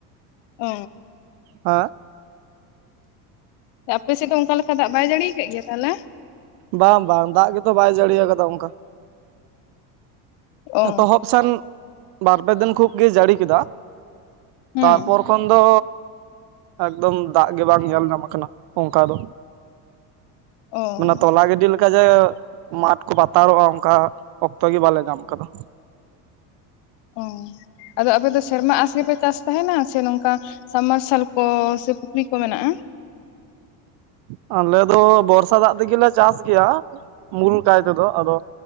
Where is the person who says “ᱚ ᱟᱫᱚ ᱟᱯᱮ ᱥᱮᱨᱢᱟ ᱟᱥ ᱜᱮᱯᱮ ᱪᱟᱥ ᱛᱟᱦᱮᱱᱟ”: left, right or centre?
Left